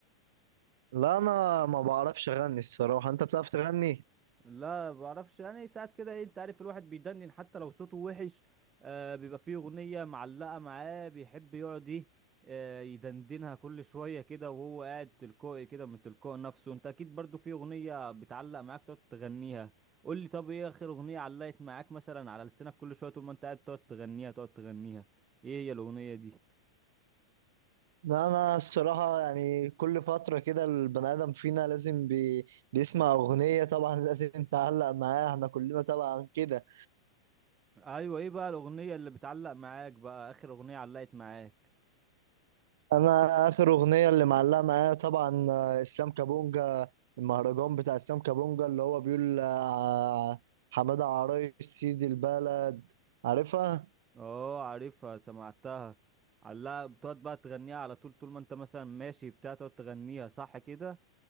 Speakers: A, on the right; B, on the right.
A: لا انا ما بعرفش اغني الصراحه انت بتعرف تغني
B: لا بعرفش يعني ساعات كده ايه انت عارف الواحد بيدندن حتى لو صوته وحش آه بيبقى فيه اغنية معلقة معاه بيحب يقعد ايه آه يدندنها كل شوية كده وهو قاعد تلقائي كده من تلقاء نفسه انت اكيد برضو في اغنية بتعلق معاك تقعد تغنيها قول لي طب ايه اخر اغنية علقت معاك مثلا على لسانك كل شوية طول ما انت قاعد تقعد تغنيها تقعد تغنيها ايه هي الاغنية دي
A: لا انا الصراحه يعني كل فتره كده البني ادم فينا لازم بي... بيسمع اغنيه طبعا لازم تعلق معاها احنا كلنا طبعا كده
B: ايوه ايه بقى الاغنية اللي بتعلق معاك بقى اخر اغنية علقت معاك
A: انا اخر اغنيه اللي معلقه معايا طبعا آه، اسلام كابونجا المهرجان بتاع اسلام كابونجا اللي هو بيقول آه، حماده عرايش سيد البلد عارفها
B: اه عارفها سمعتها علقها بتقعد بقى تغنيها على طول طول ما انت مثلا ماشي بتاع تقعد تغنيها صح كده